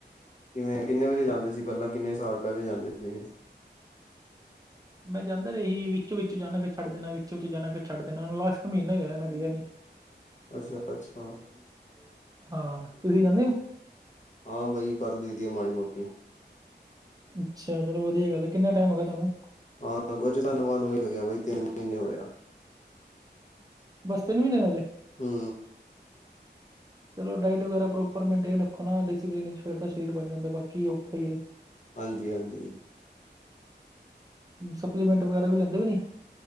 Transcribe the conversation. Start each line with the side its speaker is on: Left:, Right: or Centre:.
Left: ਕਿਵੇਂ ਕਿੰਨੇ ਵਜੇ ਜਾਂਦੇ ਸੀ ਪਹਿਲਾਂ, ਕਿੰਨੇ ਸਾਲ ਪਹਿਲੇ ਜਾਂਦੇ ਸੀਗੇ। <unintelligible>
Right: ਮੈਂ ਜਾਂਦਾ ਰਿਹਾ ਸੀ, ਵਿੱਚ- ਵਿੱਚ ਜਾਂਦਾ ਫਿਰ ਛੱਡ ਦਿੰਨਾ, ਵਿੱਚ ਵਿੱਚ ਜਾਨਾ, ਲਾਸਟ ਮਹੀਨਾ ਹੋਇਆ ਮੈਂ ਗਿਆ ਨੀ।
Left: <unintelligible>
Right: <unintelligible>
Left: ਅੱਛਾ-ਅੱਛਾ
Right: ਹਾਂ। ਤੁਸੀਂ ਜਾਨੇ ਓ?
Left: ਹਾਂ, ਬਈ ਕਰ ਲਈ ਦੀ ਆ ਮਾੜੀ ਮੋਟੀ।
Right: ਅੱਛਾ! ਚਲੋ ਵਧੀਆ ਗੱਲ ਏ ਕਿੰਨਾ ਟੈਮ ਹੋ ਗਿਆ ਤੁਹਾਨੂੰ?
Left: ਹਾਂ ਕੁਝ ਤਾਂ ਨਵਾ ਨਵਾਂ ਹੀ ਲੱਗਿਆ ਬਈ ਤਿੰਨ ਮਹੀਨੇ ਹੋਏ ਆ।
Right: ਬੱਸ ਤਿੰਨ ਮੀਨੇ ਹੋ ਗੇ।
Left: ਹੂੰ।
Right: ਚਲੋ ਡਾਇਟ ਵਗੈਰਾ ਪ੍ਰੋਪਰ ਮੈਂਟੇਨ ਰੱਖੋ ਨਾ <unintelligible> ਬਣ ਜਾਂਦਾ ਬਾਕੀ ਔਖਾ ਈ ਏ।
Left: ਹਾਂਜੀ ਹਾਂਜੀ।
Right: ਸਪਲੀਮੈਂਟ ਵਗੈਰਾ ਵੀ ਲੈਂਦੇ ਓ ਕਿ ਨਈ।